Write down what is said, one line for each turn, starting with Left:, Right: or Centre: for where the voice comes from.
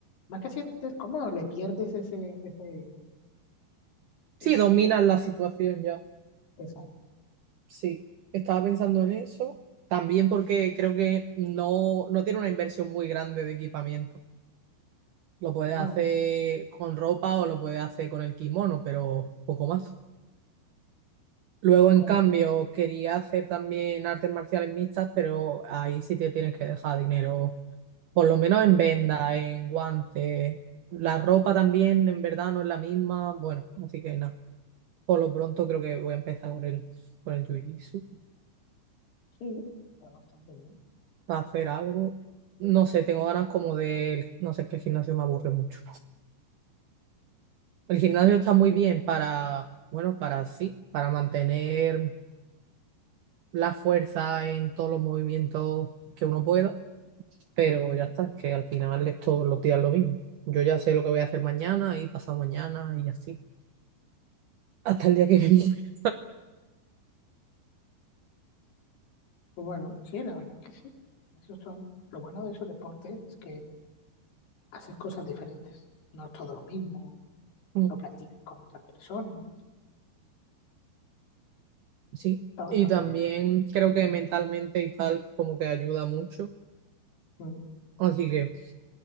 Left: más que sientes cómodo, le pierdes ese, ese,
Right: Sí,
Left: esa,
Right: dominas la situación
Left: esa,
Right: Sí, estaba pensando en eso. También porque creo que no, no tiene una inversión muy grande de equipamiento. Lo puedes
Left: no,
Right: hacer con ropa o lo puedes hacer con el kimono, pero poco más. Luego, en
Left: con
Right: cambio,
Left: el,
Right: quería hacer también artes marciales mixtas, pero ahí sí te tienes que dejar dinero, por lo menos en venda, en guantes. La ropa también, en verdad, no es la misma. Bueno, así que nada. Por lo pronto creo que voy a empezar con el, con el jiu-jitsu.
Left: sí, está bastante bien.
Right: para hacer algo. No sé, tengo ganas como de, no sé, es que el gimnasio me aburre mucho. El gimnasio está muy bien para, bueno, para sí, para mantener la fuerza en todos los movimientos que uno pueda, pero ya está, que al final es todos los días lo mismo. Yo ya sé lo que voy a hacer mañana y pasado mañana y así, hasta el día que viene. <laughs>
Left: Pues bueno, sí, la verdad que sí. Eso son, lo bueno de esos deportes es que haces cosas diferentes, no es todo lo mismo,
Right: Mm,
Left: lo practicas con otras personas,
Right: Sí,
Left: está bastante
Right: y también
Left: bien.
Right: creo que mentalmente y tal como que ayuda mucho,
Left: Mm,
Right: así que